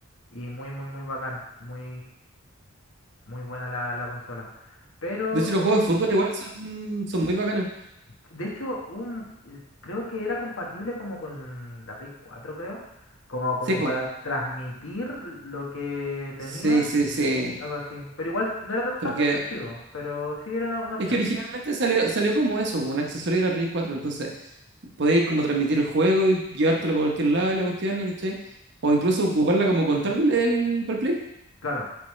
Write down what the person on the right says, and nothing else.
De hecho, los
juegos de fútbol igual son, son muy bacanas.
Sí, po.
Sí, sí, sí.
Porque
es que originalmente salió, salió como eso, como un accesorio de la Play cuatro Entonces, podéis como transmitir el juego y llevártelo para cualquier lado y la cuestión, ¿cachai? O incluso ocuparla como control del para el Play.